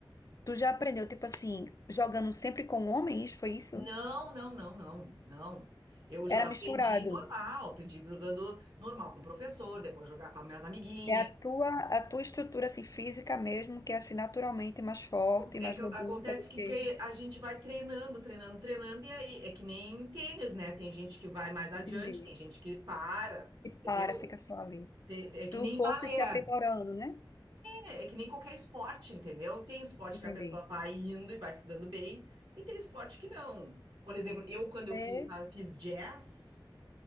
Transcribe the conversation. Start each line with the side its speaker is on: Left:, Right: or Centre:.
Left: Tu já aprendeu, tipo assim, jogando sempre com homens, foi isso?
Right: Não, não, não, não, não. Eu jo-
Left: Era
Right: aprendi
Left: misturado.
Right: normal, aprendi jogando normal com o professor, depois jogar com as minhas amiguinhas.
Left: É a tua, a tua estrutura assim, física mesmo, que é assim naturalmente mais forte,
Right: É
Left: mais
Right: que
Left: robusta
Right: acontece
Left: do
Right: que,
Left: que.
Right: que a gente vai treinando, treinando, treinando, e aí é que nem tênis, né? Tem gente que vai mais adiante,
Left: Entendi.
Right: tem gente que para,
Left: E
Right: entendeu?
Left: para, fica só ali.
Right: Te- É que
Left: Tu
Right: nem
Left: fosse
Right: balé,
Left: se aprimorando, né?
Right: é, é que nem qualquer esporte, entendeu? Tem esporte
Left: Entendi.
Right: que a pessoa vai indo e vai se dando bem, e tem esporte que não. Por exemplo, eu, quando eu
Left: É,
Right: fiz, fiz jazz,